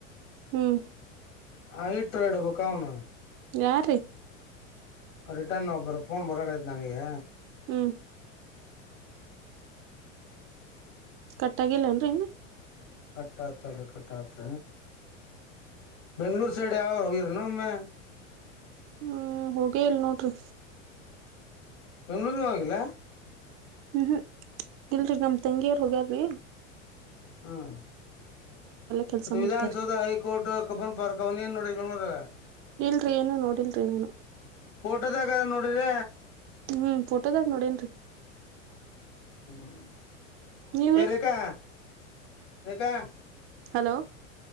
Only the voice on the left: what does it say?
ಹಾ ಇಟ್ ಆಡ್ಬೇಕ ಅವನು
ರಿಟರ್ನ್ ಒಬ್ಬರ ಫೋನ್ ಬರಕಾಯಿತ್ ನನಗೆ
<inaudible>
ಕಟ್ಟ ಆತದು ಕಟ್ಟ ಆತ್ ಬೆಂಗ್ಳೂರ್ ಸೈಡ್ ಯಾವಾಗ್ ಹೋಗಿರದ್ ಇನ್ನೊಮ್ಮೆ
ಬೆಂಗಳೂರ್ ಹೋಗಿಲ್ಲ
ಹ್ಮ್
ಮತ್ತೆ
ವಿಧಾನಸೌಧ ಹೈಕೋರ್ಟ್ ಕಪ್ಪನ್ ಪಾರ್ ಅವನ ನೋಡನದ.
ಫೋಟೋದಾಗಗದ ನೋಡ್ರ್ರಿ.
ಹ್ಮ
ರೇಖಾ ರೇಖಾ.